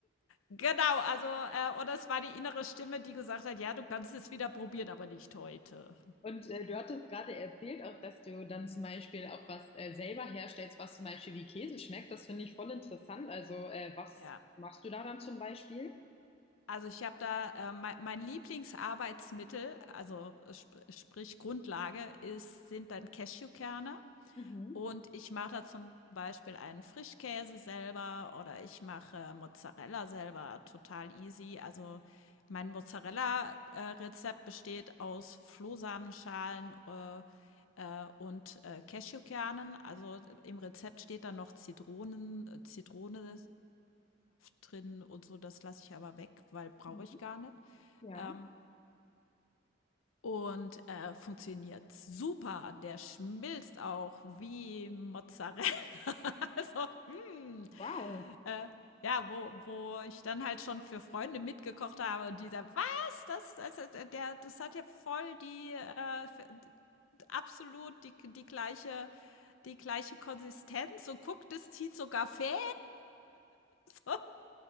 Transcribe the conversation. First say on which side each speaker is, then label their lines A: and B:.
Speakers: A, on the left (about 85°); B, on the left (about 30°).
A: Genau, also, äh, oder es war die innere Stimme, die gesagt hat: „Ja, du kannst es wieder probieren, aber nicht heute.“
B: Und äh, du hattest gerade erzählt auch, dass du dann zum Beispiel auch was äh, selber herstellst, was zum Beispiel wie Käse schmeckt. Das finde ich voll interessant. Also, äh, was
A: Ja.
B: machst du da dann zum Beispiel?
A: Also, ich habe da, äh, mei mein Lieblingsarbeitsmittel, also, äh, sp sprich Grundlage ist sind dann Cashewkerne
B: Mhm.
A: Und ich mache da zum Beispiel einen Frischkäse selber oder ich mache Mozzarella selber, total easy. Also mein Mozzarella-Rezept besteht aus Flohsamenschalen äh, äh, und äh, Cashewkernen. Also im Rezept steht dann noch Zitronen, äh, Zitronensaft drin und so. Das lasse ich aber weg, weil brauche
B: Mhm.
A: ich gar nicht.
B: Ja,
A: Ähm, und, äh, funktioniert super. Der schmilzt auch wie Mozzarella. <laughs> Also, hm,
B: wow.
A: äh, ja, wo wo ich dann halt schon für Freunde mitgekocht habe und die sagen: „Was? Das das hat der das hat ja voll die, äh, f absolut die die gleiche die gleiche Konsistenz und guck, das zieht sogar fest.“ <laughs>